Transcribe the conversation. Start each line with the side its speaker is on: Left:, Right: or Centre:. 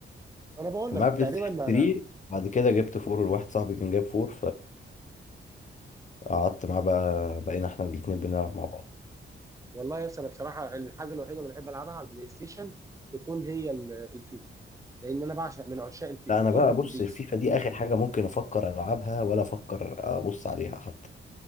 Right: انا بقول
Left: كان
Right: لك
Left: معايا
Right: تقريبا
Left: بلاي ستيشن 3
Right: انا
Left: بعد كده جبت 4 واحد صاحبي كان جاب 4 فقعدت معاه بقى بقينا احنا الاثنين بنلعب مع بعض
Right: والله يا اسطى، انا بصراحه الحاجه الوحيده اللي بحب العبها على البلاي ستيشن تكون هي ال- الفيفا لان انا بعشق من عشاق الفيفا
Left: لا انا
Right: تصدر
Left: بقى بص
Right: البيس
Left: الفيفا دي اخر حاجه ممكن افكر العبها ولا افكر ابص عليها حتى